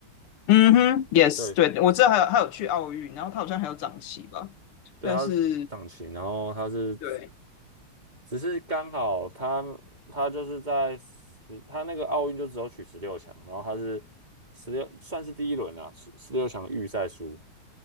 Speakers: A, on the left; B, on the right.
A: 嗯哼，yes，
B: 对
A: 对，我知道还有还有去奥运，然后他好像还有长旗吧，
B: 对，
A: 但是
B: 他是掌旗，然后他是
A: 对，
B: 只是刚好他他就是在十他那个奥运就只有取十六强，然后他是十六算是第一轮啊，十六强预赛输，